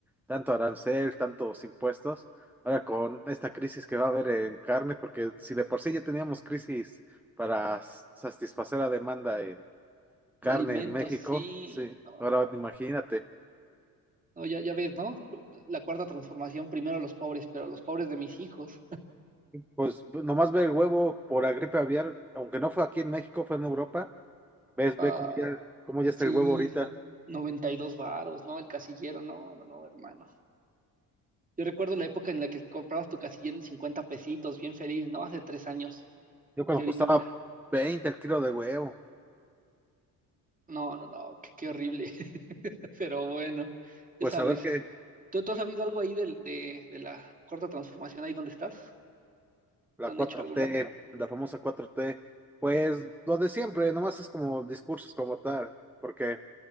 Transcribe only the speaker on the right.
En alimentos,
sí,
no.
No, ya, ya ves, ¿no? La cuarta transformación, primero los pobres, pero los pobres de mis hijos.
Ah,
sí,
92 varos, ¿no? El casillero, no, no, no, hermano. Yo recuerdo la época en la que comprabas tu casillero en 50 pesitos, bien feliz, ¿no? Hace tres años.
Y ahorita,
mira,
no, no, no, qué, qué horrible. <laughs> Pero bueno,
ya sabes.
¿Tú, tú has sabido algo ahí del- de, de la cuarta transformación, ahí donde estás?
¿No
han hecho algo
nuevo?